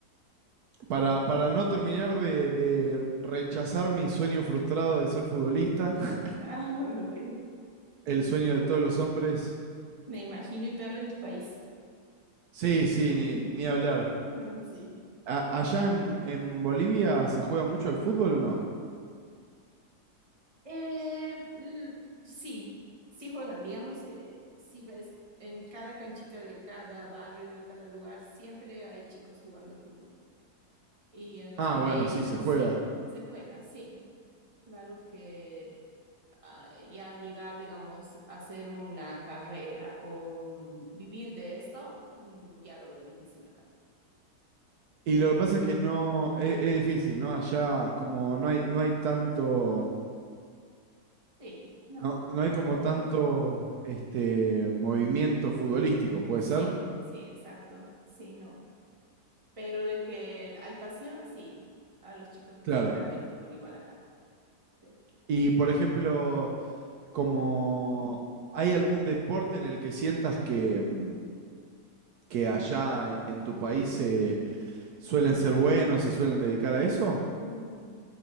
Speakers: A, on the right; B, on the right.
A: Para, para no terminar de, de rechazar mi sueño frustrado de ser futbolista, <laughs>
B: Ah, ok.
A: el sueño de todos los hombres.
B: Me imagino y peor en tu país.
A: Sí,
B: Yo me
A: sí,
B: imagino.
A: ni, ni hablar.
B: Ah, sí.
A: A- ¿Allá en, en Bolivia se juega mucho al fútbol o no?
B: Eh, l- sí, sí juegan. Digamos que si ves en cada canchita de cada barrio, de cada lugar, siempre hay chicos jugando fútbol. Y en los
A: Ah,
B: colegios,
A: bueno, sí, se juega.
B: sí, se juega, sí. Claro que ah, ya llegar, digamos, a hacer una carrera o mm, vivir de esto, mm, ya lo veo difícil acá.
A: Y
B: Pero
A: lo que pasa
B: sí,
A: es que no, es, es difícil, ¿no? Allá
B: mm,
A: como no hay, no hay tanto,
B: sí, no,
A: No, no hay
B: la
A: como
B: cultura
A: tanto
B: no.
A: este movimiento futbolístico, ¿puede
B: Sí,
A: ser?
B: sí, exacto, sí, no. Pero de que hay pasión, sí. A los chicos les
A: Claro.
B: encanta el fútbol igual acá. Sí.
A: Y por ejemplo, como
B: Mm,
A: ¿hay algún deporte en el que sientas que, mm, que allá en, en tu país
B: mm,
A: se
B: mm,
A: suelen ser buenos, se suelen dedicar a eso?
B: mm.